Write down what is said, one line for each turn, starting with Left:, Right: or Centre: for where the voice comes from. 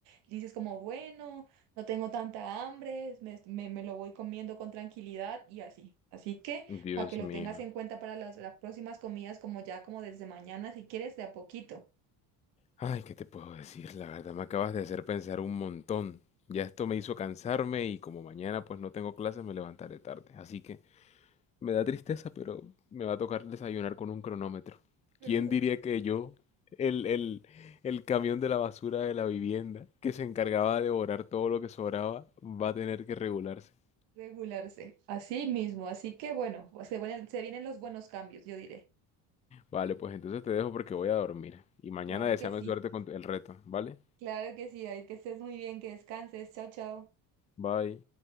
Right: dices como, bueno, no tengo tanta hambre, me, me- me lo voy comiendo con tranquilidad y así, así que
Left: Dios
Right: para que lo
Left: mío.
Right: tengas en cuenta para las, las próximas comidas, como ya como desde mañana, si quieres, de a poquito,
Left: Ay, ¿qué te puedo decir? La verdad me acabas de hacer pensar un montón. Ya esto me hizo cansarme y como mañana pues no tengo clases me levantaré tarde. Así que... Me da tristeza, pero me va a tocar desayunar con un cronómetro.
Right: pero
Left: ¿Quién
Right: un-
Left: diría que yo, el, el, el camión de la basura de la vivienda, que se encargaba de devorar todo lo que sobraba, va a tener que regularse?
Right: regularse, así mismo, así que bueno, se vienen, se vienen los buenos cambios, yo diré.
Left: Vale, pues entonces te dejo porque voy a dormir. Y mañana
Right: Claro
Left: deséame
Right: que sí.
Left: suerte con tu- el reto, ¿vale?
Right: Claro que sí, David, que estés muy bien, que descanses. Chao, chao.
Left: Bye.